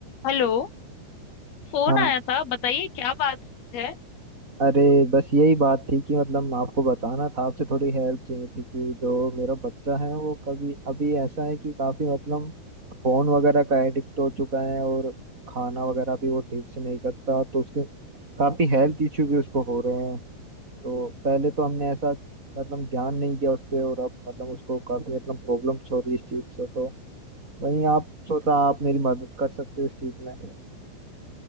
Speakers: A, on the left (about 55°); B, on the right (about 15°).
A: Hello Phone
B: हाँ
A: आया था बताइए क्या बात है
B: अरे बस यही बात थी कि मतलब आपको बताना था आपसे थोड़ी हेल्प चाहिए थी कि जो मेरा बच्चा है वो कभी अभी ऐसा है कि काफी मतलब फोन वगैरह का एडिक्ट हो चुका है और खाना वगैरह भी वो ठीक से नहीं करता तो उसके काफी हेल्थ इश्यू भी उसको हो रहे हैं तो पहले तो हमने ऐसा मतलब ध्यान नहीं दिया उस पर और अब मतलब उसको काफी मतलब प्रॉब्लम्स हो रही है इस चीज से तो वहीं आप सोचा आप मेरी मदद कर सकते हो इस चीज में